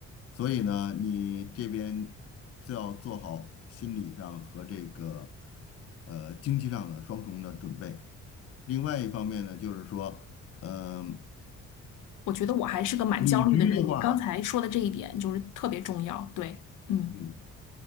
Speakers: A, on the left; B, on the left.
A: 所以呢，你这边就要做好心理上和这个呃经济上的双重的准备。另外一方面呢，就是说，嗯、
B: 我觉得我还是个蛮焦虑的人，
A: 旅居的话，
B: 你刚才说的这一点就是特别重要。对，嗯，
A: 嗯。